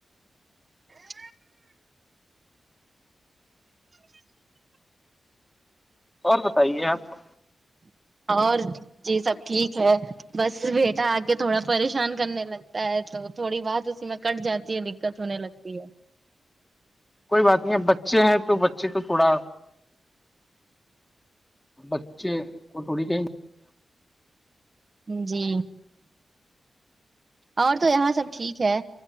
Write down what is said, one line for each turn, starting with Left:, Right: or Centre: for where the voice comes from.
Right: ہ
Left: اور بتائیے آپ
Right: اور جی سب ٹھیک ہے بس بیٹا آ کے تھوڑا پریشان کرنے لگتا ہے تو تھوڑی بات اسی میں کٹ جاتی ہے دقت ہونے لگ ہے
Left: گگگ کوئی بات نہیں ہے بچے ہیں تو بچے تو تھوڑا اچے وہ تھوڑی کہیں
Right: جی اور تو یہاں سب ٹھیک ہے